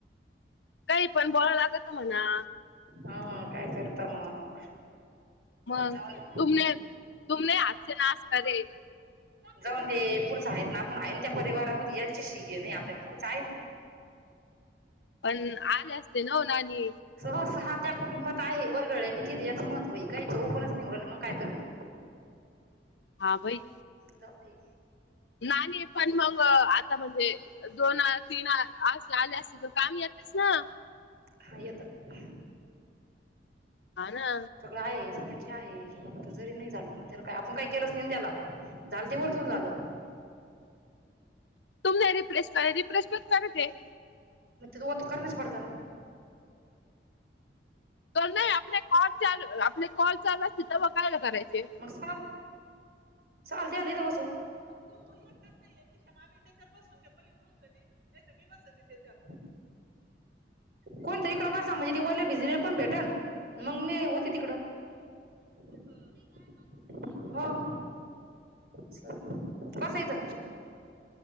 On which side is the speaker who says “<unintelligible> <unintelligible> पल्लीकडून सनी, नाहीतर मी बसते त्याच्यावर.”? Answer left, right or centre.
Right